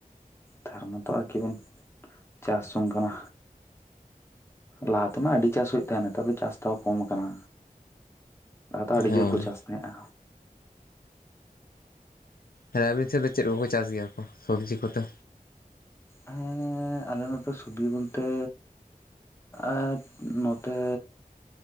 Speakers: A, on the left; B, on the left.
A: ᱛᱟᱨ ᱢᱚᱛᱚ ᱟᱨᱠᱤ ᱵᱚᱱ ᱪᱟᱥ ᱡᱚᱝ ᱠᱟᱱᱟ᱾ ᱞᱟᱦᱟ ᱛᱮᱢᱟ ᱟᱹᱰᱤ ᱪᱟᱥ ᱦᱩᱭᱩᱜ ᱛᱟᱦᱮᱱ ᱱᱮᱛᱟᱨ ᱫᱚ ᱪᱟᱥ ᱛᱟᱣ ᱠᱚᱢ ᱠᱟᱱᱟ ᱞᱟᱦᱟᱛᱮ ᱟᱹᱰᱤ
B: ᱦᱳᱭ
A: ᱡᱳᱨ ᱠᱚ ᱪᱟᱥ ᱛᱟᱦᱮᱸᱜ-ᱟ᱾
B: ᱟᱨ ᱟᱯᱮᱥᱮᱫ ᱫᱚ ᱥᱮᱫ ᱫᱚ ᱪᱮᱫ ᱞᱮᱠᱟ ᱠᱚ ᱪᱟᱥ ᱜᱮᱭᱟ ᱠᱚ ᱥᱚᱵᱽᱡᱤ ᱠᱚᱫᱚ
A: ᱦᱮᱸ ᱟᱞᱮ ᱱᱚᱛᱮ ᱥᱚᱵᱡᱤ ᱵᱚᱞᱛᱮ ᱟᱨ ᱱᱚᱛᱮ